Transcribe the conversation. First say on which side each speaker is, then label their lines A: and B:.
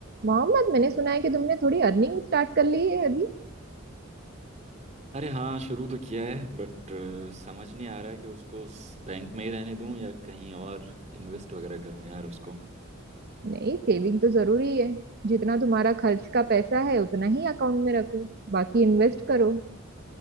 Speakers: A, on the right; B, on the right.
A: मोहम्मद मैंने सुना है कि तुमने थोड़ी अर्निंग स्टार्ट कर ली है अभी
B: अरे हाँ शुरू तो किया है बट समझ नहीं आ रहा है कि उसको बैंक में ही रहने दूं या कहीं और इन्वेस्ट वगैरह करूं यार उसको
A: नहीं सेविंग तो जरूरी है जितना तुम्हारा खर्च का पैसा है उतना ही अकाउंट में रखो बाकी इन्वेस्ट करो